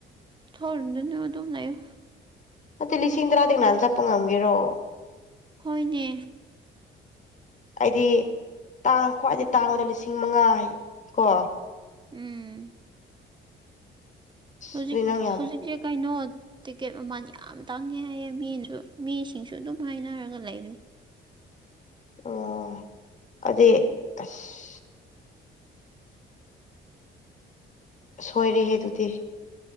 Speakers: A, on the right; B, on the left.
A: ꯊꯣꯛꯔꯨꯗꯅꯣ ꯑꯗꯨꯝ ꯂꯩꯌꯣ
B: ꯅꯠꯇꯦ ꯂꯤꯁꯤꯡ ꯇꯥꯔꯗꯤ ꯀꯥꯅ ꯆꯠꯄ ꯉꯝꯒꯦꯔꯣ
A: ꯍꯣꯏꯅꯦ
B: ꯑꯩꯗꯤ ꯇꯥꯡ ꯈ꯭ꯋꯥꯏꯗꯩ ꯇꯥꯡꯕꯗ ꯂꯤꯁꯤꯡ ꯃꯉꯥ ꯀꯣ
A: ꯎꯝ ꯍꯧꯖꯤꯛ
B: ꯑꯗꯨꯗꯤ ꯅꯪ ꯌꯥꯝ
A: ꯍꯧꯖꯤꯛꯁꯦ ꯀꯩꯅꯣ ꯇꯤꯛꯀꯦꯠ ꯃꯃꯥꯟ ꯌꯥꯝ ꯇꯥꯡꯉꯦ ꯍꯥꯏꯌꯦ ꯃꯤꯁꯨ ꯃꯤꯁꯤꯡꯁꯨ ꯑꯗꯨꯝ ꯍꯥꯏꯅꯔꯒ ꯂꯩꯕꯅꯦ
B: ꯑꯣ ꯑꯗꯨꯏ ꯑꯁ ꯁꯣꯏꯔꯦꯍꯦ ꯗꯨꯗꯤ